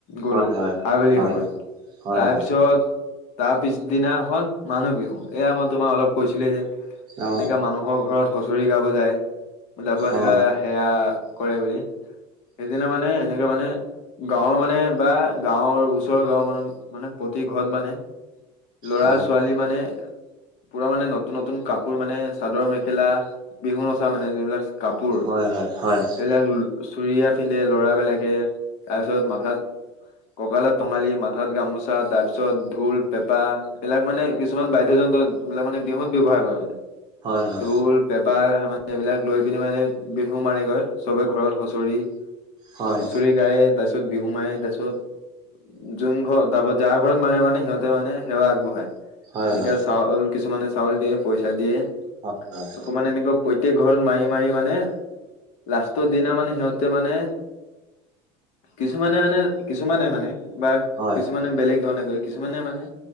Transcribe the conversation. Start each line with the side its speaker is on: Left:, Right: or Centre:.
Left: গৰুক
Right: হয় হয়
Left: আবেলি
Right: হয়
Left: সময়ত
Right: হয় হয়
Left: তাৰপিছত
Right: হয়
Left: তাৰ পিছদিনাখন মানুহ বিহু এয়া মই তোমাক অলপ কৈছিলে যে
Right: অ
Left: এনেকা মানুহৰ ঘৰত হুচৰি গাব যায় তাৰ পৰা এনেকা
Right: অ
Left: সেৱা কৰে বুলি সেইদিনা মানে এনেকে মানে গাঁৱৰ মানে বা গাঁৱৰ ওচৰৰ গাঁৱৰ মানুহ মানে প্ৰতি ঘৰত মানে লৰা-
Right: অ অ
Left: ছোৱালী মানে পুৰা মানে নতুন নতুন কাপোৰ মানে চাদৰ মেখেলা বিহু নচা মানে যোন বিলাক কাপোৰ
Right: হয় হয় হয়
Left: এইবিলাক চুৰিয়া পিন্ধে ল'ৰাবিলাকে তাৰ পিছত মাথাত ককালত টঙালি মাৰে। হঠাত গামোচা তাৰ পিছত ঢোল পেঁপা এইবিলাক মানে কিছুমান বাদ্যযন্ত্ৰ মানে বিহুত ব্যৱহাৰ কৰে মানে
Right: হয় হয়
Left: ঢোল, পেঁপা মানে- এইবিলাক লৈ পিনি মানে বিহু মাৰি গৈ সবে ঘৰত হুঁচৰি
Right: হয়
Left: হুচৰি গায় তাৰ পিছত বিহু মাৰে তাৰ পিছত যোন ঘৰ তাৰ পৰা যায় ঘৰত মানে মানে সিহঁতে মানে সেৱা আগবঢ়ায়
Right: হয়
Left: এনেকে
Right: হয়
Left: চাউল কিছুমানে চাউল দিয়ে পইচা দিয়ে
Right: হয় হয়
Left: আকৌ মানে এনেকুৱা প্ৰত্যক‌ঘৰত মাৰি মাৰি মানে লাষ্টৰ দিনা মানে সিহঁত মানে কিছুমানে মানে কিছুমানে মানে বা
Right: হয়
Left: কিছুমানে বেলেগ ধৰণে গৈ কিছুমানে মানে